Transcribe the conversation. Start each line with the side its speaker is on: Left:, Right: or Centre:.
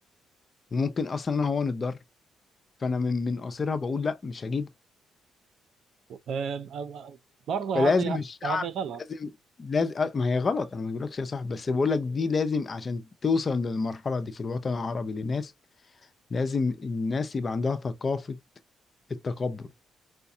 Left: وممكن اصلا انا هو نتضرر فانا من من قصرها بقول لا مش هجيب
Right: أم- أم- برضه
Left: فلازم
Right: هذه
Left: الشعب
Right: هذه غلط
Left: لازم لازم آه، ما هي غلط انا ما بقولكش يا صاحبي بس بقولك دي لازم عشان توصل للمرحله دي في الوطن العربي للناس لازم الناس يبقى عندها ثقافه التقبل